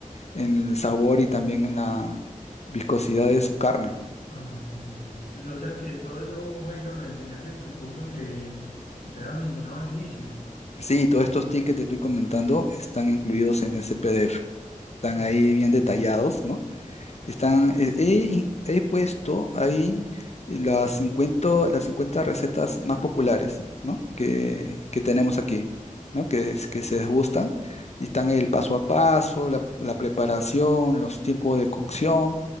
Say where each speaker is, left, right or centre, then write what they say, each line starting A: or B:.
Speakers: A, on the left; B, on the left.
A: en el sabor y también en la viscosidad de su carne.
B: Ah, listo. Y o sea que todo eso, Jairo, lo enseñas en tu curso que, que te había mencionado al inicio.
A: Sí, todos estos tickets que te estoy comentando están incluidos en ese PDF. Están
B: Ah,
A: ahí bien detallados, ¿no? Están, eh, he, he puesto ahí las cincuenta las cincuenta recetas más populares, ¿no? Que, que tenemos aquí, ¿no? Que, es- que se gustan. Y están el paso a paso, la, la preparación, los tiempos de cocción